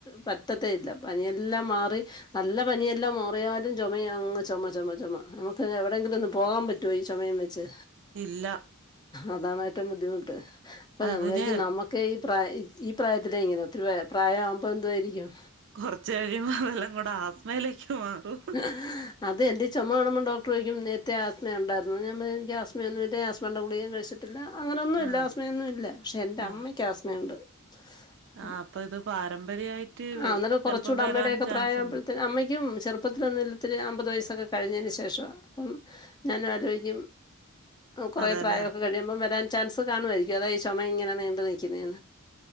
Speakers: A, on the left; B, on the right.
A: പറ്റത്തേ ഇല്ല പനിയെല്ലാം മാറി നല്ല പനിയെല്ലാം മാറിയാലും ചുമ അങ്ങ് ചുമ ചുമ ചുമാ നമുക്ക് എവിടെയെങ്കിലും ഒന്ന് പോകാൻ പറ്റോ ഈ ചുമയും വെച്ച്
B: ഇല്ല
A: അതാണ് ഏറ്റവും ബുദ്ധിമുട്ട് അപ്പൊ
B: അതിന്
A: നമ്മകും നമ്മ ക്കെ ഈ പ്രായ ഈ പ്രായത്തില ഇങ്ങനെ ഒത്തിരി പ്രായ ആവുമ്പോ എന്തുായിരിക്കും
B: കുറച് കഴിയ്പോ അതെല്ലാം കൂടെ ആസ്മയിലേക്ക് മാറും
A: <unintelligible> അത് എന്റെ ചുമ കാണുമ്പോ ഡോക്ടർ ചോദിക്കും നേരത്തെ ആസ്മ ഉണ്ടായിരുന്നോ ഞ പറയും എനിക്ക് ആസ്മയൊന്നുല്ല ആസ്മന്റെ ഗുളികേം കഴിച്ചി ട്ടില്ല അങ്ങനൊന്നുല്ല
B: ആഹ്
A: ആസ്മയൊന്നും ഇല്ല പക്ഷെ എൻ്റെ
B: ആഹ്
A: അമ്മയ്ക്ക് ആസ്മയുണ്ട് അപ്പൊ
B: ആഹ് ഇത് പാരമ്പര്യായിട്ട്
A: ആഹ് അന്നരം കുറച്ചുകൂടെ
B: ചെലപ്പം വരാനും
A: അമ്മയുടെക്കെ
B: ചാൻസ്
A: പ്രായാകുമ്പോഴതേ
B: ഉണ്ട്
A: ആഹ് അമ്മയ്ക്കും ചെറു മുപ്പത്തിൊന്ന് ഇല്ലത്തിരി അമ്പത് വയസ്സൊക്കെ കഴിഞ്ഞതിന് ശേഷമാണ് അപ്പം ഞാൻ ആലോചിക്കും കൊറെ
B: അതെല്ലേ
A: പ്രായമൊക്കെ കഴിയുമ്പം വരാൻ ചാൻസ് കാണുമായിരിക്കും അതാ ഈ ചുമ ഇങ്ങനെ നീണ്ട് നിൽക്കുന്ന